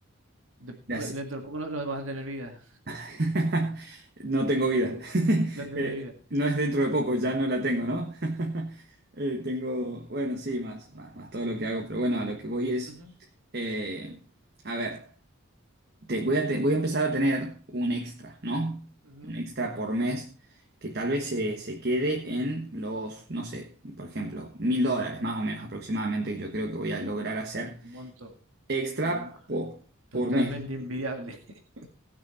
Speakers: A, on the right (about 70°); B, on the right (about 50°).
A: De-
B: de
A: bueno,
B: hace-
A: dentro de poco no, no vas a tener vida.
B: <laughs> No tengo vida. <laughs>
A: No tener
B: Eh,
A: vida.
B: no es dentro de poco, ya no la tengo, ¿no? <laughs> Eh, tengo, bueno, sí, más, más, más todo lo que hago, pero bueno, a lo que voy es,
A: Ujú,
B: eh, a ver. te- voy a, te- voy a empezar a tener un extra, ¿no?
A: ujú.
B: Un extra por mes que tal vez se, se quede en los, no sé, por ejemplo, mil dólares más o menos aproximadamente, que yo creo que voy a lograr hacer
A: Un monto
B: extra
A: ma-
B: po-
A: totalmente
B: por mes.
A: invidiable. <laughs>